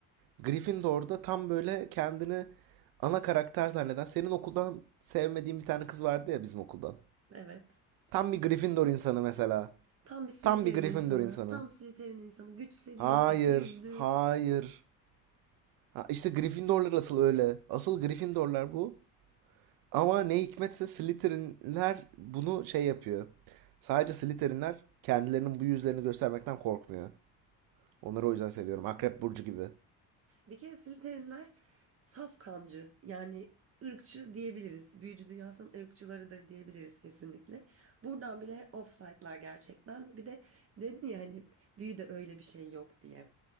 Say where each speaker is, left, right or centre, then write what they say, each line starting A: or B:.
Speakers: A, on the right (about 70°); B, on the right (about 40°).
A: Gryffindor'da tam böyle kendini ana karakter zanneden senin okuldan sevmediğin bir tane kız vardı ya bizim okuldan.
B: Evet.
A: Tam bir Gryffindor insanı mesela.
B: Tam bir Slytherin
A: Tam bir Gryffindor
B: insanı.
A: insanı.
B: Tam Slytherin insanı. Güç seviyor,
A: Hayır,
B: iki yüzlü.
A: hayır. Ha, işte Gryffindorlar asıl öyle. Asıl Gryffindorlar bu. Ama ne hikmetse Slytherinler bunu şey yapıyor. Sadece Slytherinler kendilerinin bu yüzlerini göstermekten korkmuyor. Onları o yüzden seviyorum. Akrep Burcu gibi.
B: Bir kere Slytherinler saf kancı. Yani ırkçı diyebiliriz. Büyücü dünyasının ırkçılarıdır diyebiliriz kesinlikle. Buradan bile offside'lar gerçekten. Bir de dedin ya hani büyüde öyle bir şey yok diye.